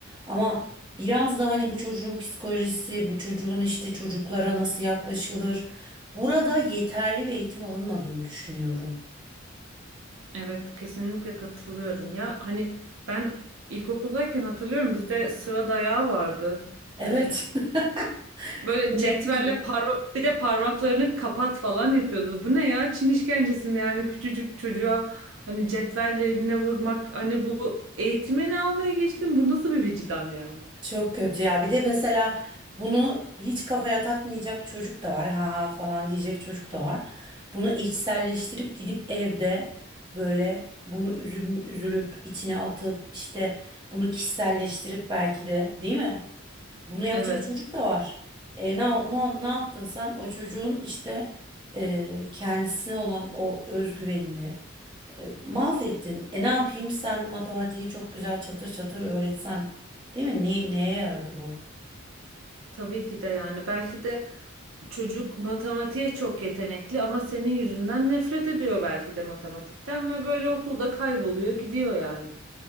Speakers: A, on the right; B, on the right.
A: Ama biraz da hani bu çocuğun psikolojisi, bu çocuğun işte çocuklara nasıl yaklaşılır. Burada yeterli bir eğitim alınmadığını düşünüyorum.
B: Evet, kesinlikle katılıyorum. Ya hani ben ilkokuldayken hatırlıyorum bizde sıra dayağı vardı.
A: Evet.
B: Hani
A: <laughs>
B: böyle
A: Bu
B: cetvelle
A: nedir?
B: parmak bir de parmaklarını kapat falan yapıyordu. Bu ne ya? Çin işkencesi mi yani küçücük çocuğa hani cetvelle eline vurmak. Hani bu eğitimi ne almaya geçtim? Bu nasıl bir vicdan yani?
A: Çok kötü ya. Bir de mesela bunu hiç kafaya takmayacak çocuk da var. Ha ha falan diyecek çocuk da var. Bunu içselleştirip gidip evde böyle bunu üzül- üzülüp içine atıp işte bunu kişiselleştirip belki de değil mi? Bunu yapacak
B: Evet,
A: çocuk da var. E, ne, ne, ne yaptın sen? O çocuğun işte e, kendisine olan o özgüvenini e, mahvettin. E ne yapayım sen matematiği çok güzel çatır çatır öğretsen değil mi? Ne, neye yaradı bu?
B: tabii ki de yani belki de çocuk matematiğe çok yetenekli ama senin yüzünden nefret ediyor belki de matematikten ve böyle okulda kayboluyor gidiyor yani. <laughs>